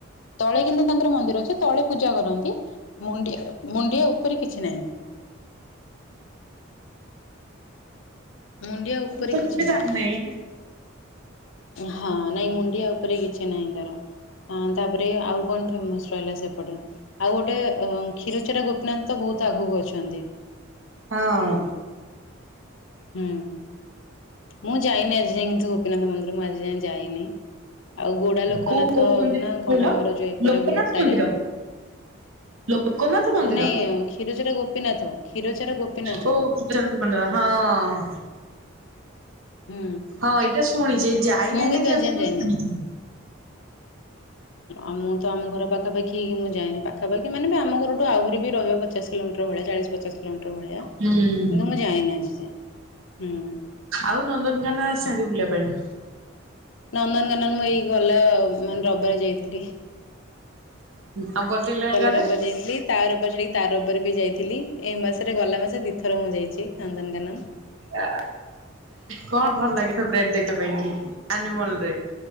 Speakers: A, on the left; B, on the right.
A: ତଳେ କିନ୍ତୁ ତାଙ୍କର ମନ୍ଦିର ଅଛି ତଳେ ପୂଜା କରନ୍ତି ମୁଣ୍ଡିଆ ମୁଣ୍ଡିଆ ଉପରେ କିଛି ନାହିଁ। ମୁଣ୍ଡିଆ ଉପରେ
B: ମୁଁ ତ
A: କିଛି
B: କେବେ ଜାଣିନାହିଁ।
A: ନାହିଁ। ହଁ ନାଇଁ ମୁଣ୍ଡିଆ ଉପରେ କିଛି ନାହିଁ ତାର। ହଁ ତାପରେ ଆଉ କଣ ଫେମସ୍ ରହିଲା ସେପଟେ? ଆଉ ଗୋଟେ ଅ କ୍ଷୀରଚେର ଗୋପୀନାଥ ବୋହୁତ୍ ଆଗକୁ ଅଛନ୍ତି।
B: ହଁ।
A: ହୁଁ। ମୁଁ ଯାଇନି ଆଜି ଯାଁଏ କିନ୍ତୁ ଗୋପୀନାଥ ମନ୍ଦିର ମୁଁ ଆଜି ଯାଁଏ ଯାଇନି ଆଉ ଗୋଡ଼ା ଲୋ କନାଥ
B: କୋଉ କୋଉ ମନ୍ଦିର
A: ନା
B: କହିଲ?
A: କଣ ଆମର ଯୋଉ ଏପଟେ
B: ଲୋକନାଥ
A: ଗୁମଟାରେ।
B: ମନ୍ଦିର ଲୋକନାଥ ମନ୍ଦିର
A: ନାଇଁ କ୍ଷୀରଚୋରା ଗୋପୀନାଥ କ୍ଷୀରଚୋରା ଗୋପୀନାଥ।
B: ଓ <unintelligible> ହଁ।
A: ହୁଁ
B: ହଁ ଏଇଟା ଶୁଣିଚି ଯାଇନାଇଁ
A: ମୁଁ
B: ଦେଖିବାକୁ
A: ଆଜି ଯାଏ
B: କିନ୍ତୁ
A: ଯାଇନି।
B: ଶୁଣିଚି।
A: ଆ ମୁଁ ତ ଆମ ଘର ପାଖାପାଖି ହେଇକି ମୁଁ ଯାଇନି ପାଖାପାଖି ମାନେ ବି ଆମ ଘରଠୁ ଆହୁରି ବି ରହିବ ପଚାଶ୍ କିଲୋମିଟର ଭଳିଆ ଚାଳିଶ୍ ପଚାଶ୍ କିଲୋମିଟର ଭଳିଆ କିନ୍ତୁ
B: ହୁଁ
A: ମୁଁ ଯାଇନି ଆଜି ଯାଏଁ ହୁଁ।
B: ଆଉ ନନ୍ଦନକାନ ଆସିଚନ୍ତି ବୁଲିବା ପାଇଁ?
A: ନନ୍ଦନକାନନ ମ ଏଇ ଗଲା ମାନେ ରବିବାରେ ଯାଇଥିଲି।
B: ଆଉ ବଟନିକାଲ
A: ଗଲା
B: ଗାର୍ଡେନ?
A: ରବିବାର୍ ଯାଇଥିଲି। ତା ରବିବାର ଛାଡ଼ିକି ତା ରବିବାରେ ବି ଯାଇଥିଲି ଏ ମାସରେ ଗଲା ମାସେ ଦିଥର ମୁଁ ଯାଇଚି ନନ୍ଦନକାନନ୍।
B: ଆ କଣ ଭଲ ଲାଗେ ଫେବରାଇଟ୍ ଦେଖିବା ପାଇଁ କି ଆନିମଲ୍ ରେ?